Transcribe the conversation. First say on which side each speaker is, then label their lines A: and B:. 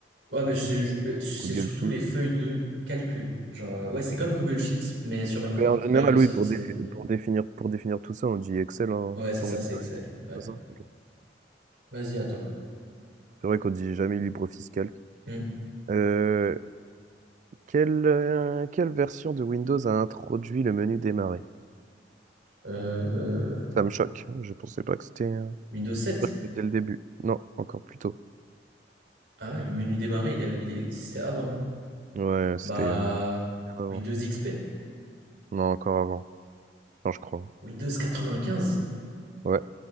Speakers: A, on the right; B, on the right.
A: Ouais, mais c'est je- euh, c'est
B: Google
A: surtout
B: Sheet.
A: les feuilles de calcul. Genre, euh, ouais, c'est comme Google Sheets, mais sur Minecraft,
B: Mais en général,
A: Microsoft,
B: oui, pour,
A: c'est.
B: défi- pour définir, pour définir tout ça, on dit Excel, hein,
A: Ouais, c'est
B: pour
A: ça,
B: généraliser.
A: c'est Excel. Ouais.
B: C'est ça? Ok.
A: Vas-y, à toi.
B: C'est vrai qu'on dit jamais LibreOffice Calc.
A: Hmm.
B: Euh, quelle, euh, quelle version de Windows a introduit le menu démarrer?
A: Euh,
B: Ça me choque. Je pensais pas que c'était euh,
A: Windows sept
B: je crois que c'était dès le début. Non, encore plus tôt.
A: Ah ouais, le menu démarrer, il, a- il existait avant.
B: Ouais, c'était
A: Bah,
B: il y a bien avant.
A: Windows XP,
B: Non, encore avant. Non, je crois.
A: Windows 95.
B: ouais